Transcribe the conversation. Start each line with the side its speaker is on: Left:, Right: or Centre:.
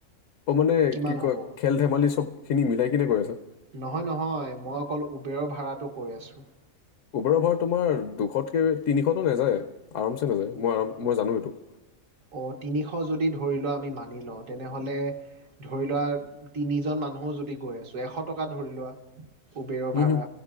Left: অ মানে
Right: কিমান
Left: কি কয়
Right: হ'ব
Left: খেল ধেমালি চব খিনি মিলাই কিনে কৰি আছা।
Right: নহয় নহয় মই অকল উবেৰৰ ভাড়াটো কৈ আছো।
Left: উবেৰ অ ভাৰ তোমাৰ দুশতকে তিনিশতো নাযায় আৰামছে নাযায় মই আৰাম। মই জানো এইটো।
Right: অ তিনিশ যদি ধৰি লোৱা আমি মানি লওঁ তেনেহলে ধৰি লোৱা তিনিজন মানুহো যদি গৈ আছো এশ টকা ধৰি লোৱা উবেৰৰ
Left: হম
Right: ভাড়া
Left: হম